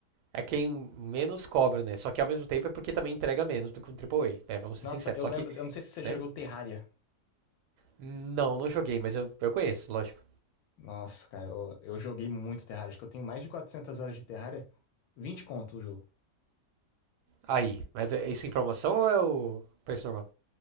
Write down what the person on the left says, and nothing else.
Nossa,
eu
lembro,
eu não sei se você
jogou Terraria.
Nossa, cara, eu, eu joguei muito Terraria. Acho que eu tenho mais de 400 horas de Terraria. vinte conto o jogo.